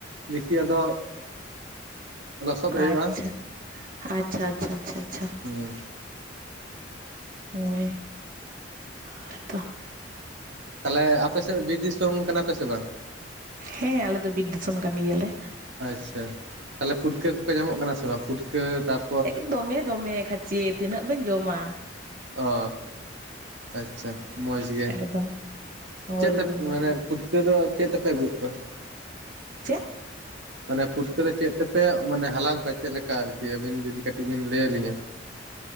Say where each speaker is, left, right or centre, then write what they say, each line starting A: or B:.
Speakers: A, on the right; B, on the right.
A: ᱫᱮᱠᱷᱤ ᱟᱫᱚ᱾ ᱞᱚᱥᱚᱫ ᱦᱩᱭᱩᱜᱼᱟ
B: ᱟᱪᱪᱷᱟ ᱟᱪᱪᱷᱟ ᱟᱪᱷᱟ ᱟᱪᱷᱟ ᱪᱷᱟ
A: ᱦᱩᱸ᱾
B: ᱦᱳᱭ᱾ ᱦᱳᱭᱛᱚ
A: ᱛᱟᱞᱦᱮ ᱟᱯᱮ ᱥᱮᱫ ᱵᱤᱨ ᱫᱤᱥᱚᱢ ᱠᱟᱱᱟ ᱯᱮ ᱥᱮ ᱵᱟᱝ?
B: ᱦᱮᱸ ᱟᱞᱮ ᱫᱚ ᱵᱤᱨ ᱫᱤᱥᱚᱢ ᱠᱟᱱ ᱜᱤᱭᱟ ᱞᱮ᱾
A: ᱟᱪᱪᱷᱟ ᱛᱟᱦᱚᱞᱮ ᱯᱩᱴᱠᱟᱹ ᱠᱚᱠᱚ ᱧᱟᱢᱚᱜ ᱠᱟᱱᱟ ᱥᱮ ᱵᱟᱝ ᱯᱩᱴᱠᱟᱹ ᱛᱟᱯ
B: ᱮᱠ ᱫᱚᱢᱮ ᱫᱚᱢᱮ ᱠᱷᱟᱪᱮ ᱛᱤᱱᱟᱹᱜ ᱵᱤᱱ ᱡᱚᱢᱟ
A: ᱚ ᱟᱪᱪᱷᱟ ᱢᱚᱡᱽ ᱜᱮ
B: ᱮᱠᱫᱚᱢ ᱦᱳᱭ
A: ᱪᱮᱫ ᱛᱮᱯᱮ
B: ᱦᱳᱭ ᱢᱚᱡᱽ
A: ᱢᱟᱱᱮ
B: ᱜᱮ
A: ᱯᱩᱴᱠᱟᱹ ᱫᱚ ᱪᱮᱫ ᱛᱮ ᱯᱮ ᱟᱹᱜᱩ ᱭᱮᱜ ᱠᱚᱣᱟ
B: ᱪᱮᱫ
A: ᱢᱟᱱᱮ ᱯᱷᱩᱴᱠᱟᱹ ᱫᱚ ᱪᱮᱫ ᱛᱮᱯᱮ ᱚ ᱢᱟᱱᱮ ᱦᱟᱞᱟᱝ ᱠᱚᱣᱟ ᱪᱮᱫ ᱞᱮᱠᱟ ᱟᱨ ᱠᱤ ᱟᱹᱵᱤᱱ ᱡᱩᱫᱤ ᱠᱟᱹᱴᱤᱡ ᱵᱤᱱ ᱞᱟᱹᱭ ᱟᱞᱤᱧᱟ